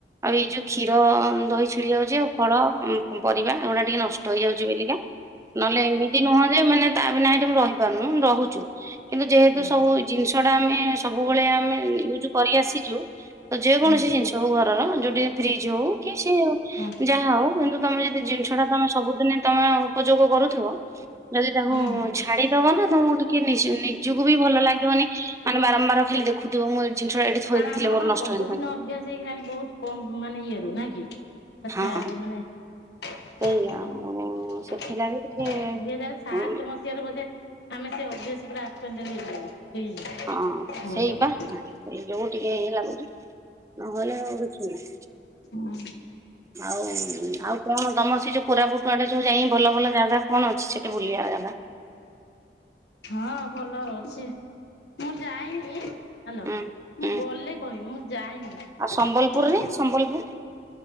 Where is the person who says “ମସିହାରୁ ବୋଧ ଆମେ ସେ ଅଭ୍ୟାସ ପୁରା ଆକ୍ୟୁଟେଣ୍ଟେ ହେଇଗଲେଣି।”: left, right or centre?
Left